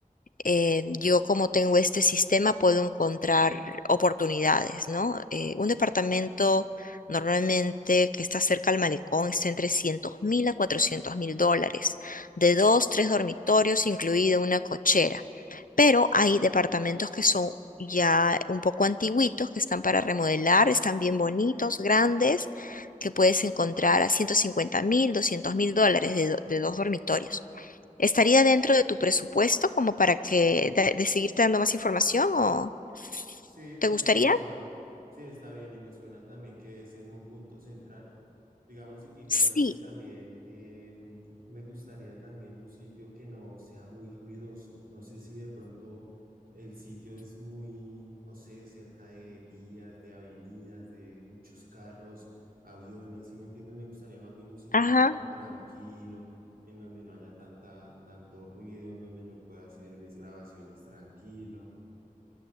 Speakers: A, on the left; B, on the right.
A: eh, yo como tengo este sistema puedo encontrar oportunidades, ¿no? Eh, un departamento normalmente que está cerca al malecón está entre 300 mil a 400 mil dólares, de
B: Ok.
A: dos, tres dormitorios, incluida una cochera. Pero hay departamentos que son ya un poco antiguitos, que están para remodelar, están bien bonitos, grandes, que puedes encontrar a 150 mil, 200 mil dólares de, do- de dos dormitorios. ¿Estaría dentro de tu presupuesto como para que de, de seguirte dando más información o
B: Sí,
A: te gustaría?
B: sí está, sí está bien y me suena también que es en un punto central. Digamos, igualmente
A: Sí,
B: también eh, me gustaría también un sitio que no sea muy ruidoso. No sé si de pronto el sitio es muy, no sé, cerca de vías, de avenidas, de muchos carros, aviones, si me entiendes? Me gustaría más bien un sitio
A: ajá,
B: un poco tranquilo, en donde no haya tanta, tanto ruido, en donde yo pueda hacer mis grabaciones tranquilo.